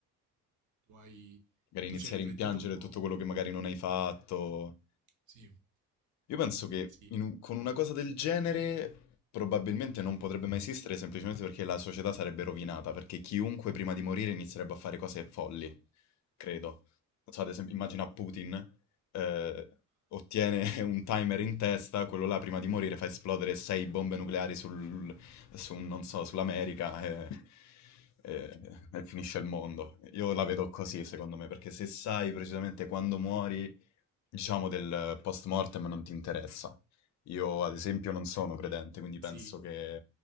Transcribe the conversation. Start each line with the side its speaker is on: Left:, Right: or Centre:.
Right: tu hai.
Left: Magari
Right: Tu
Left: iniziare
Right: ci hai riflettuto
Left: a rimpiangere
Right: un po'?
Left: tutto quello che magari non hai fatto.
Right: Sì,
Left: Io penso che
Right: sì,
Left: in un- con una cosa del genere probabilmente non potrebbe mai esistere semplicemente perché la società sarebbe rovinata, perché chiunque prima di morire inizierebbe a fare cose folli, credo. Non so, ad esempio, immagina Putin, eh, ottiene <laughs> un timer in testa, quello là prima di morire fa esplodere sei bombe nucleari sul, su, non so, sull'America e, e- e finisce il mondo. Io la vedo così, secondo me, perché se sai precisamente quando muori diciamo, del post mortem non ti interessa. Io, ad esempio, non sono credente, quindi penso
Right: sì.
Left: che